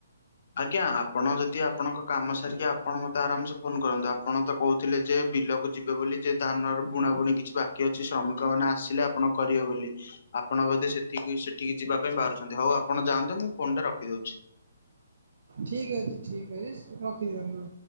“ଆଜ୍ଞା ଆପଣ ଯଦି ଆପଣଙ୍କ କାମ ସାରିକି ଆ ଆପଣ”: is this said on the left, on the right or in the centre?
Left